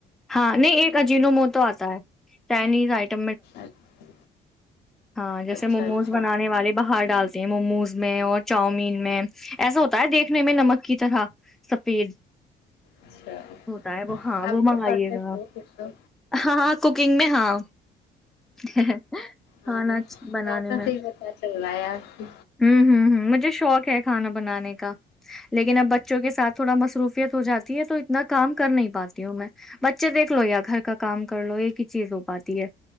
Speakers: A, in the centre; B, on the left.
A: ہاں نہیں ایک اجینو مو تو آتا ہے چائنیز آ ڈ
B: اچھا
A: ہ
B: اچھا
A: جی م ب
B: اچھا
A: ب ڈ <unintelligible> موموز میں اور چاؤمین میں ایسا ہوتا ہے دیکھنے میں نمک کی طرح سفید
B: اچھا
A: ہوتا ہے وہ ہاں
B: آپ
A: وہ مگ
B: تو
A: ے
B: پرفیکٹ
A: گا
B: ہو پھر تو
A: ہاں ہاں کوکنگ میں ہاں ہاں <unintelligible> کھانا
B: ہاں
A: بنانے
B: باتوں
A: میں
B: سے ہی پتا چل رہا ہے آپ کی
A: ہوں ہ ہ مجھے شوق ہے کھانا بنانے کا لیکن اب بچوں کے ساتھ تھوڑا مصروفیت ہو جاتی ہے تو اتنا کام کر نہیں پاتی ہوں میں بچے دیکھ لو یا گھر کا کام کر لو ایک ہی چیز ہو پاتی ہے